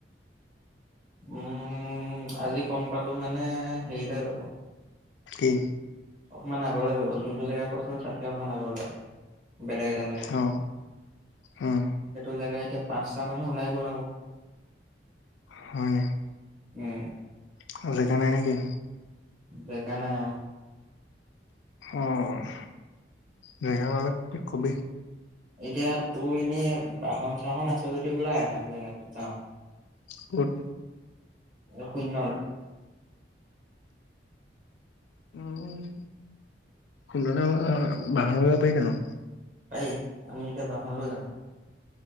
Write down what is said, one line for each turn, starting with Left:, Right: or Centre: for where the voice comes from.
Right: উম, আজি গম পালোঁ মানে হেৰিলে গ'লো।
Left: কি?
Right: অকণমান আগৰলৈ যাব, যোনটো জেগা কৈছিলোঁ, তাতকে অকমান আগলৈ যা বেলেগ এটা জেগা লৈ
Left: অ উম
Right: সেইটো জেগা এতিয়া পাঁচটা মানুহ ওলাই গল আকৌ।
Left: হুম,
Right: উম,
Left: কালিৰ কাৰণে নেকি?
Right: জেগা নাই অ,
Left: অ', জেগাবিলাককে কবি।
Right: এতিয়া তোৰ এনে বাহন চাহন আছে যদি ওলা এটা জেগাটোত যাওঁ।
Left: ক'ত?
Right: শূন্য।
Left: উম, সুন্দ <unintelligible> বাঁহৰ পাৰি জানো?
Right: পাৰি আমি এতিয়া বাহন লৈ যাম।